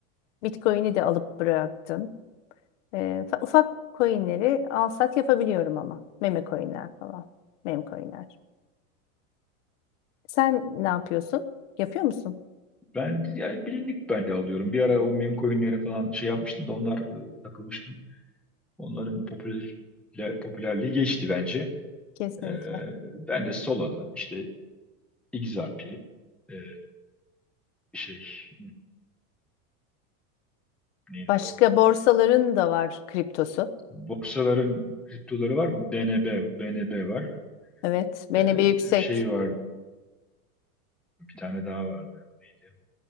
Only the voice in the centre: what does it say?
Ben de- yani bilindik ben de alıyorum. Bir ara o meme coinlere falan şey yapmıştım da onlar e, takılmıştım. Onların popüler le- popülerliği geçti bence.
E, ben de Solana, işte XRP, e, şey neydi
o?
Borsaların kriptoları var. BNB, BNB var.
Ee,
şey var. Bir tane daha vardı. Neydi?